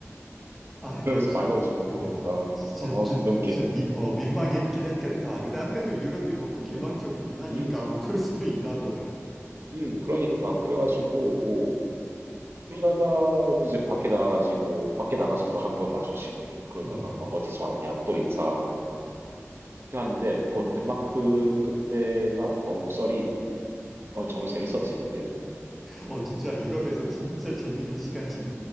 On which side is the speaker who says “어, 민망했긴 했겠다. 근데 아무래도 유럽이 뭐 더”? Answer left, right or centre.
Centre